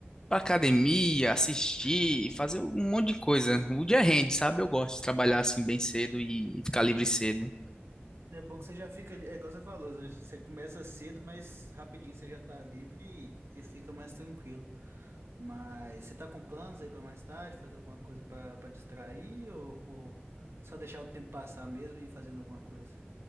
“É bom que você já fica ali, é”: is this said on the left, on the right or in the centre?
Right